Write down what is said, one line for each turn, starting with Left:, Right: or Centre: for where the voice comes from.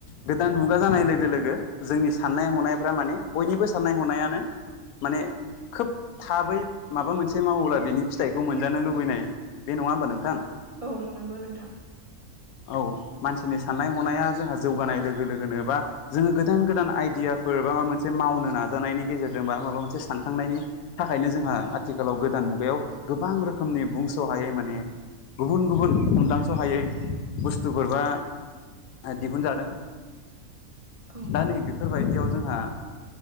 Left: गोदान मुगा जानाय लोगो लोगो जोंनि साननाय हनायफ्रा माने बयनिबो साननाय हनायानो माने खोब थाबै माबा मोनसे से मावोब्ला बिनि फिथाइखौ मोनजानो लुबैनाय बे नङा होमबा नोंथां?
Right: औ नंगौ नोंथां।
Left: औ मानसिनि साननाय हनाया जोंहा जौगानाय लोगो लोगोनो बा जोङो गोदान गोदान आइडियाफोर बा माबा मोनसे मावनो नाजानायनि गेजेरजों बा माबा मोनसे सानखांनायनि थाखायनो जोंहा आथिखाल खालाव गोदान मुगायाव गोबां रोखोमनि बुंस हायै माने गुबुन गुबुन हदांस हायै बुस्थुफोर बा दिहुनजादों
Right: औ
Left: दा नै बेफोरबायदियाव जोंहा